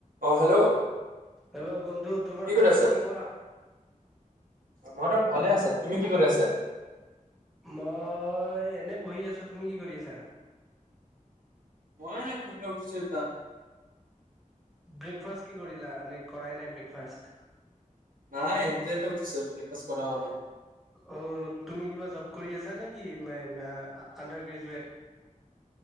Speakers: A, on the right (about 85°); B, in the centre.
A: অ hello
B: hello বন্ধু তোমাৰ
A: কি কৰি
B: খবৰ
A: আছা
B: পাতি কোৱা
A: মই ত ভালে আছে তুমি কি কৰি আছা
B: মই এনে বহি আছো তুমি কি কৰি আছা
A: মই নাই খুটল উঠিছো এটা
B: ব্ৰেকফাষ্ট কি কৰিলা নে কৰাাই নাই ব্ৰেকফাষ্ট
A: নাই ইটোয়াতে উঠিচো ব্ৰেকফাষ্ট কৰা হোৱা নাই।
B: অ' তুমি কিবা জব কৰি আছা নেকি <unintelligible> আনডাৰ গ্ৰেজুৱেট?